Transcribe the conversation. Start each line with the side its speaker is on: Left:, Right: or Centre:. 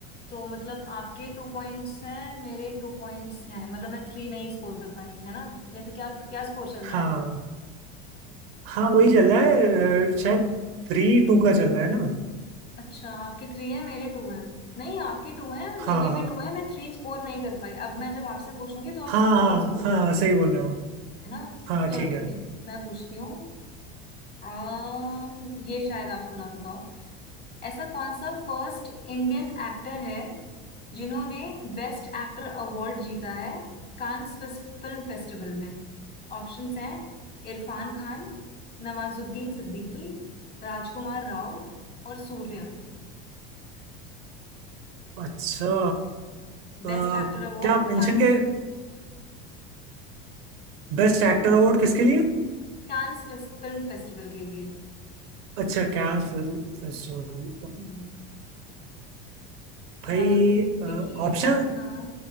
Left: तो मतलब आपके टू पॉइंट्स हैं मेरे टू पॉइंट्स हैं मतलब मैं थ्री नहीं स्कोर कर पाई है ना या फिर क्या क्या स्कोर चल रहा
Right: हाँ
Left: है
Right: हाँ वही चल रहा है अ, शायद थ्री टू का चल रहा है ना
Left: अच्छा आपके थ्री है मेरे टू हैं नहीं आपके टू है
Right: हाँ
Left: मेरे भी
Right: हाँ
Left: टू है मैं थ्री स्कोर नहीं कर पाई अब मैं जब आपसे पूछूंगी तो आप
Right: हाँ हाँ
Left: थ्री स्कोर
Right: हाँ
Left: कर लोगी
Right: हाँ, सही बोल रहे हो
Left: है ना
Right: हाँ
Left: चलो
Right: ठीक
Left: ठीक
Right: है
Left: है मैं पूछती हूँ अम, ये शायद आपको ना पता हो ऐसा कौन सा फर्स्ट इंडियन एक्टर है जिन्होंने बेस्ट एक्टर अवार्ड जीता है कांस फिल्म फेस्टिवल में ऑप्शंस हैं इरफान खान नवाजुद्दीन सिद्दीकी राजकुमार राव और Suriya
Right: अच्छा अ,
Left: Best actor award
Right: क्या मेंशन
Left: Cannes
Right: के बेस्ट एक्टर अवार्ड किसके लिए
Left: Cannes film festival के लिए
Right: अच्छा कैन फेस्टिवल
Left: हम्म
Right: भाई
Left: नवाजुद्दीन सिद्दीकी
Right: ऑप्शन
Left: इरफान खान